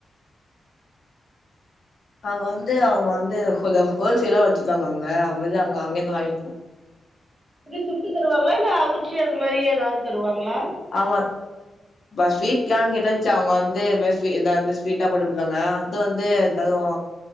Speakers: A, on the left; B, on the right.
A: அவுங்க வந்து அவுங்க வந்து கொஞ்சோ ஹோல்சேலா வச்சிட்டாங்க அங்க அம்புள்து அங்க அங்கிந்து வாங்கிப்போ
B: எப்டி சுட்டு தருவாங்ளா இல்ல அவிச்சி அது மாரி ஏதாது தருவாங்ளா
A: ஆமா இப்ப ஸ்வீட் கேன் கேட்டேன்ச்சு அவுங்க வந்து இதுமேர் ஸ்வீ இந்த அந்த ஸ்வீட்டா போட்டு குட்த்தாங்க இது வந்து தருவோ